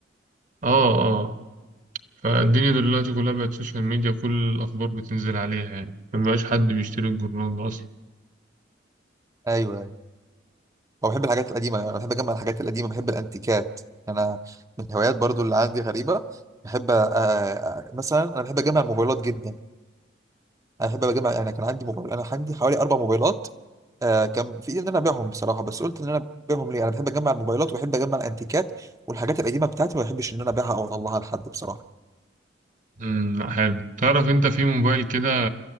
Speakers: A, on the right (about 40°); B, on the right (about 15°).
A: اه اه فالدنيا دلوقتي كلها بقت سوشيال ميديا كل الاخبار بتنزل عليها يعني ما بقاش حد بيشتري الجورنان ده اصلا
B: ايوه هو بحب الحاجات القديمة أنا بحب أجمع الحاجات القديمة بحب الأنتيكات أنا من الهوايات برضو اللي عندي غريبة بحب آه، آه، مثلا أنا بحب أجمع الموبايلات جدا أنا بحب أجمع يعني كان عندي موبايل أنا عندي حوالي أربع موبايلات آه، كان في إيدي إن أنا أبيعهم بصراحة بس قلت إن أنا أبيعهم ليه أنا بحب أجمع الموبايلات وبحب أجمع الأنتيكات والحاجات القديمة بتاعتي ما بحبش إن أنا أبيعها أو أطلعها لحد بصراحة
A: امم لأ، حلو تعرف انت في موبايل كده